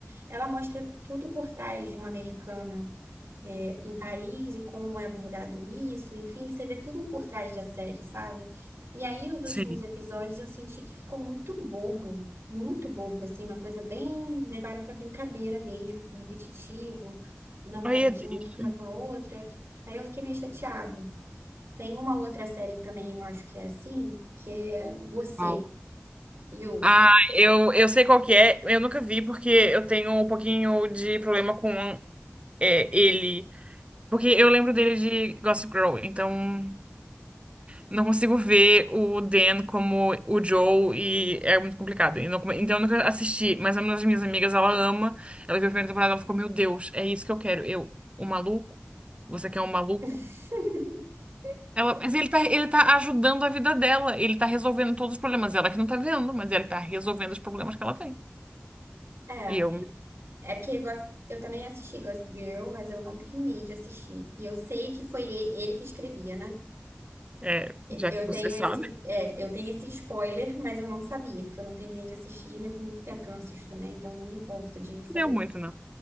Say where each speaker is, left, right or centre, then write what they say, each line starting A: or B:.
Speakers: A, on the right; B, on the right.
A: ela mostra tudo por trás de uma americana é, em Paris e como é abordado isso, enfim, você vê tudo um por trás da série, sabe? E aí, os últimos
B: Sim.
A: episódios eu senti que ficou muito bobo, muito bobo, assim, uma coisa bem. Levaram pra brincadeira mesmo, ficou repetitivo, namorado
B: Aí é
A: de
B: triste.
A: uma que fica com a outra. Aí eu fiquei meio chateada. Tem uma outra série que também eu acho que é assim, que é Você,
B: Uau.
A: You.
B: Ah, eu, eu sei qual que é, eu nunca vi, porque eu tenho um pouquinho de problema com é, ele. Porque eu lembro dele de Gossip Girl, então Não consigo ver o Dan como o Joe e é muito complicado. E não come- então eu nunca assisti, mas é uma das minhas amigas, ela ama. Ela viu a primeira temporada, ela ficou, meu Deus, é isso que eu quero. Eu, um maluco? Você quer um maluco?
A: <laughs>
B: Ela, mas ele tá, ele tá ajudando a vida dela, ele tá resolvendo todos os problemas. Ela que não tá vendo, mas ele tá resolvendo os problemas que ela tem.
A: É,
B: E eu,
A: é porque Gos- eu também assisti Gossip Girl, mas eu não terminei de assistir. E eu sei que foi e- ele que escrevia, né?
B: é,
A: E-
B: já
A: Eu
B: que você
A: tenho
B: sabe,
A: esse, é, eu tenho esse spoiler, mas eu não sabia, porque eu não terminei de assistir, mas tem muito tempo que eu não assisto também, então eu não me importo de
B: <laughs>
A: saber.
B: não deu muito, não.